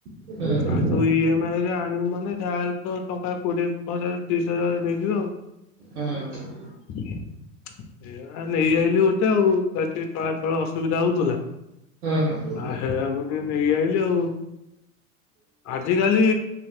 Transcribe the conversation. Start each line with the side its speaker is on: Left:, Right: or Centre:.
Right: ହୁଁ ହୁଁ
Left: ହଁ ତୁ ଇ ଏମ ଆଇରେ ଆ ଣିବୁ ମାନେ ଯାହାହେଲେ ତ ଟଙ୍କା କୋଡିଏ ହଜାର ତିରିଶ ହଜାର ନେଇଯିବେ ଆଉ। ଏଇଆ
Right: ହୁଁ
Left: ନେଇ ଆଇଲିି ଗୋଟେ ଆଉ ଗାତି ତଳେ ତଳେ ଅସୁବିଧା ହଉଥିଲା
Right: ହୁଁ
Left: ଆଉ ହେଇଆକୁ ଟିକେ ନେଇ ଆଇଲିି ଆଉ। ଆଜିିକାଲି